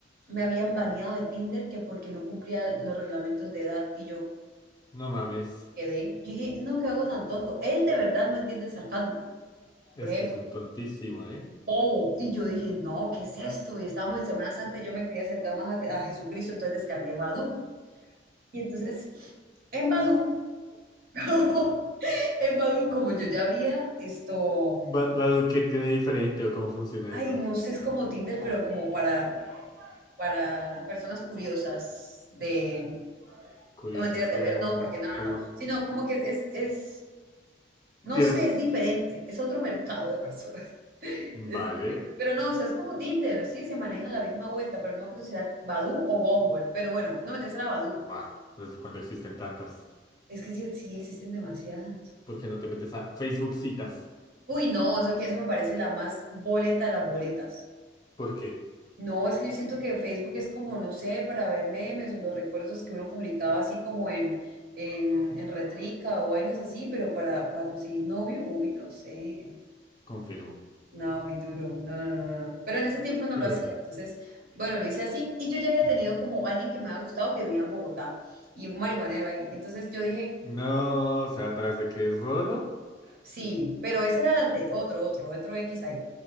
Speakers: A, on the right (about 55°); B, on the left (about 25°).
A: me habían baneado de Tinder que porque no cumplía los reglamentos de edad y yo
B: No mames,
A: quedé. Yo dije, no, qué hago tan tonto. Él de verdad no entiende el sarcasmo,
B: es
A: por ejemplo,
B: que es un tontísimo, ¿eh?
A: bobo. Y yo dije, no, ¿qué es esto? Y estábamos en Semana Santa y yo me quería acercar más a, a Jesucristo, entonces descargué Badoo. Y entonces, en Badoo, <laughs> en Badoo, como yo ya había esto,
B: Ba- Badu, ¿qué tiene diferente o cómo funciona
A: ay,
B: eso?
A: no sé, es como Tinder, pero como para, para personas curiosas de,
B: Curioso,
A: no mentiras,
B: es
A: de
B: como,
A: ver, no, porque no, no,
B: como,
A: no, sino como que es, es No
B: Dios.
A: sé, es diferente, es otro mercado de personas. <laughs>
B: Vale,
A: Es diferente. Pero no, o sea, es como Tinder, sí, se maneja la misma vuelta, pero no me acuerdo si era Badoo o Bumble. Pero bueno, no me traes a la Badoo.
B: va, desde cuándo existen tantas.
A: Es que sí, sí existen demasiadas.
B: ¿Por qué no te metes a Facebook citas?
A: Uy, no, eso que eso me parece la más boleta de las boletas.
B: ¿Por qué?
A: No, es que yo siento que Facebook es como, no sé, para ver memes o los recuerdos que uno publicaba así como en, en, en Retrica o vainas así, pero para, para conseguir novio, uy, no sé.
B: Confirmo.
A: No, muy duro. No, no, no, no, no. Pero en ese tiempo no
B: Pero
A: lo hacía.
B: bueno.
A: Entonces, bueno, lo hice así. Y yo ya había tenido como alguien que me había gustado que vivía en Bogotá y un marihuanero ahí. Entonces yo dije,
B: no, o sea, atrás de que es Rolo.
A: sí, pero ese era el ante- otro, otro, otro X ahí.